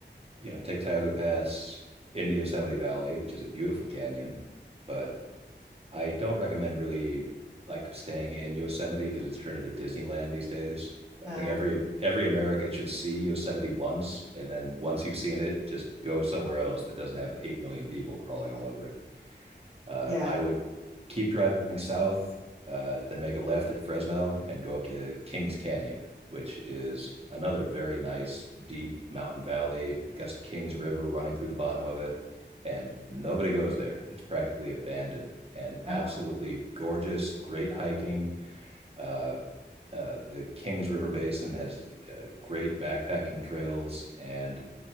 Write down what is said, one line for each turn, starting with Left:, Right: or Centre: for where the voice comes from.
Right: you know, take Tioga Pass into Yosemite Valley, which is a beautiful canyon, but I don't recommend really like staying in Yosemite because it's turned into Disneyland these days.
Left: Uh,
Right: I think every every American should see Yosemite once, and then once you've seen it, just go somewhere else that doesn't have eight million people crawling all over it uh,
Left: yeah.
Right: I would keep driving south, uh, then make a left at Fresno and go up to Kings Canyon, which is another very nice deep mountain valley. It got a Kings River running through the bottom of it, and nobody goes there. It's practically abandoned and
Left: Ah,
Right: absolutely gorgeous, great hiking. Uh, uh, the Kings River Basin has uh, great backpacking trails, and